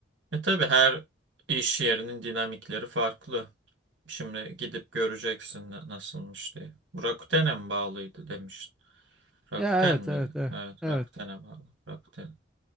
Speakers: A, on the right (about 70°); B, in the centre.
A: E tabii her iş yerinin dinamikleri farklı. Şimdi gidip göreceksin na- nasılmış diye. Bu Rakuten'e mi bağlıydı demiş. Rakuten
B: Ya evet
A: miydi?
B: evet evet.
A: Evet
B: Evet.
A: Rakuten'e bağlı. Rakuten.